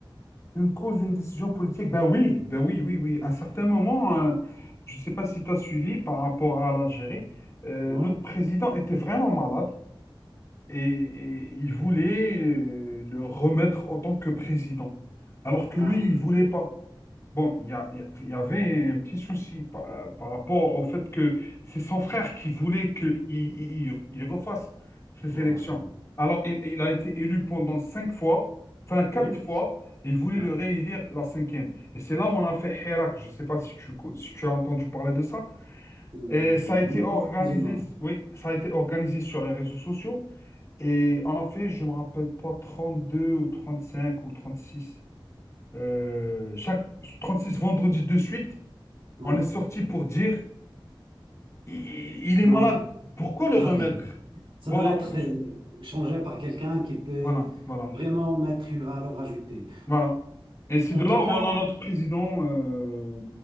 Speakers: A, on the left; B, on the right.
A: Une cause, une décision politique? Ben oui, ben oui, oui, oui. À un certain moment, euh, je ne sais pas si tu as suivi par rapport à l'Algérie, euh,
B: Ouais.
A: notre président était vraiment malade et, et il voulait euh, le remettre en tant que président. Alors que
B: Ah,
A: lui, il voulait pas. Bon, il y a- il y a- il y avait un petit souci par, par rapport au fait que c'est son frère qui voulait qu'il il, il- il refasse ces
B: ouais.
A: élections. Alors, il, il a été élu pendant cinq fois, enfin quatre
B: Oui.
A: fois, il voulait
B: Ouais.
A: le réélire la cinquième. Et c'est là où on a fait Hirak. Je ne sais pas si tu, co- si tu as entendu parler de ça.
B: Euh,
A: Et ça a été
B: oui,
A: organisé,
B: plus ou moins.
A: oui, ça a été organisé sur les réseaux sociaux. Et on a fait, je ne me rappelle pas, 32 ou 35 ou 36. Euh, chaque six vendredis de suite,
B: Ouais.
A: on est sorti pour dire il, il
B: Non.
A: est malade. Pourquoi le
B: Ah
A: remettre?
B: oui. Ça
A: Voilà,
B: doit être
A: en résumé.
B: euh, changé par quelqu'un qui peut
A: Voilà, voilà.
B: vraiment mettre une valeur ajoutée.
A: Voilà. Et c'est
B: En
A: de là
B: tout cas,
A: où on a notre président, euh,